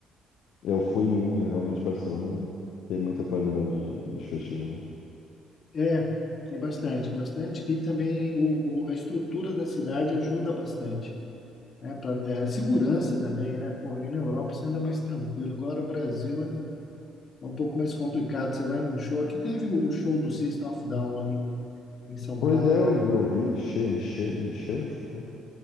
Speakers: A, on the left; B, on the left.
A: eu fui em um, eu realmente Barcelona tem muita qualidade de, de festival.
B: É, tem bastante, bastante. E também o, o- a estrutura da cidade ajuda bastante. Né? Pra- é, segurança também, né? Porra, aí na Europa você anda mais tranquilo. Agora o Brasil é é um pouco mais complicado. Você vai num show. Aqui teve o o show do System of a Down ali em São
A: Pois
B: Paulo.
A: é, eu vi, eu vi, encheu, encheu, encheu o show.